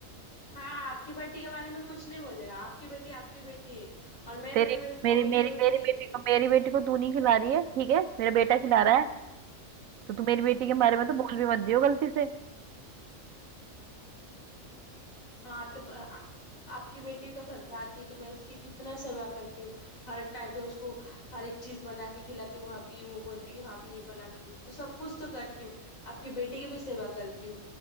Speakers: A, on the left; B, on the right.
A: हाँ आपकी बेटी के बारे में कुछ नहीं बोलेगा आपकी बेटी आपकी बेटी है और मैं
B: तेरी
A: मेरे बे-
B: मेरी
A: मम्मी
B: मेरी
A: की बेटी
B: मेरी
A: नहीं
B: बेटी को
A: हूँ
B: मेरी बेटी को तू नहीं खिला रही है ठीक है मेरा बेटा खिला रहा है तो तू मेरी बेटी के
A: हाँ
B: बारे में तो बोल भी मत दियो गलती से
A: हाँ तुम आ, आ- आपकी बेटी तो घर पे आती है तो मैं उसकी कितना सेवा करती हूँ हर टाइम पे उसको हर एक चीज बना के खिलाती हूँ भाभी वो बोलती कि भाभी ये बना के दो तो सब कुछ तो करती हूँ आपकी बेटी की भी सेवा करती हूँ